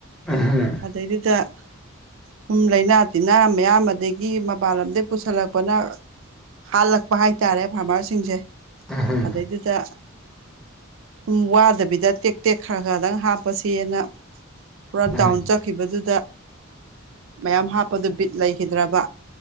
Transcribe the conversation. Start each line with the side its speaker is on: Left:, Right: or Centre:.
Centre: ꯑꯥ ꯍꯥ
Right: ꯑꯗꯩꯗꯨꯗ ꯁꯨꯝ ꯂꯩꯥꯅꯥ ꯇꯤꯟꯅꯥ ꯃꯌꯥꯝ ꯑꯗꯒꯤ ꯃꯄꯥꯟ ꯂꯝꯗꯩ ꯄꯨꯁꯜꯂꯛꯄꯅ ꯍꯥꯜꯂꯛꯄ ꯍꯥꯏꯇꯥꯔꯦ ꯐꯥꯔꯃꯔꯁꯤꯡꯁꯦ
Centre: ꯎꯝꯍꯨꯝ
Right: ꯑꯗꯩꯗꯨꯗ ꯁꯨꯝ ꯋꯥꯗꯕꯤꯗ ꯇꯦꯛ ꯇꯦꯛ ꯈꯔ ꯈꯔꯗꯪ ꯍꯥꯞꯄꯁꯦꯅ ꯄꯨꯔꯥ
Centre: ꯎꯝ
Right: ꯗꯥꯎꯟ ꯆꯠꯈꯤꯕꯗꯨꯗ ꯃꯌꯥꯝ ꯍꯥꯞꯄꯗꯨ ꯕꯤꯠ ꯂꯩꯈꯤꯗ꯭ꯔꯕ